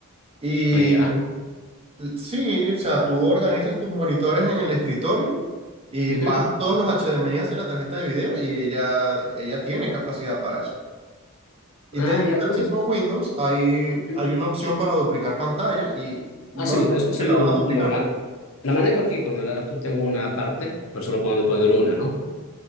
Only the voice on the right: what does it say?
Y
Sí, o sea, tú organizas tus monitores en el escritorio y
bajas todos los HDMI hacia la tarjeta de video y ella, ella tiene capacidad para eso. Y
dentro
del mismo Windows hay,
hay una opción para duplicar pantalla y no
es
como
que la
vas a duplicar.